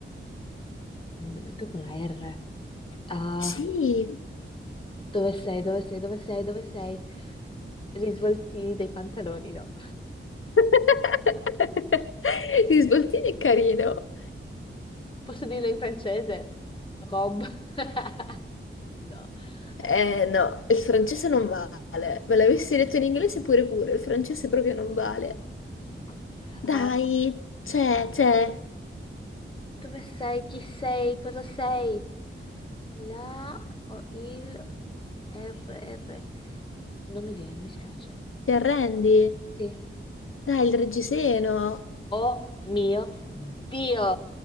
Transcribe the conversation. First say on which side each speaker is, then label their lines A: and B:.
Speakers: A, on the left; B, on the left.
A: un momento con la R. Ah,
B: sì.
A: dove sei, dove sei, dove sei, dove sei? Risvoltini dei pantaloni, no.
B: <laughs> Ti svoltini è carino.
A: Posso dirlo in francese? Rob. <laughs> No. Eh,
B: Eh no, il francese non vale. Me l'avessi detto in inglese pure pure, il francese proprio non vale.
A: mat-
B: Dai,
A: ah,
B: c'è, c'è.
A: dove sei, chi sei, cosa sei? La o il R, R. Non mi viene, mi spiace.
B: Ti arrendi?
A: Sì.
B: Dai, il reggiseno.
A: Oh mio Dio!